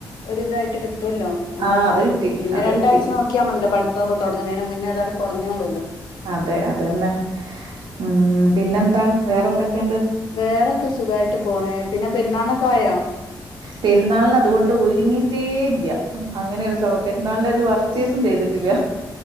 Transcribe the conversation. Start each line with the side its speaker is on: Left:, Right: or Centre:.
Left: ഒരു ഇതായിട്ട് കിട്ടൊല്ലോ എന്നാല്
Right: ആ അത് കിട്ടി
Left: പിന്നെ
Right: അത്
Left: രണ്ടഴ്ച
Right: കിട്ടി
Left: നോക്കിയാമതിയല്ലോ പഠിത്തമൊക്കെ തുടങ്ങണേ മുന്നേതന്നെ കുറഞ്ഞോളൂ
Right: അതെ അതെന്നെ ഉം പിന്നെ എന്താണ് വേറെ എന്തൊക്കെയുണ്ട്
Left: വേറൊക്കെ സുഖായിട്ട് പോണേ പിന്നെ പെരുന്നാളിനൊക്കെ ആയോ
Right: പെരുന്നാളിനു അതുകൊണ്ട് ഒരുങ്ങിട്ടേയില്ല അങ്ങനെ ഒരു സഭ പെരുന്നാളിന്റെ ഒരു സീസം ചെയ്തിട്ടില്ല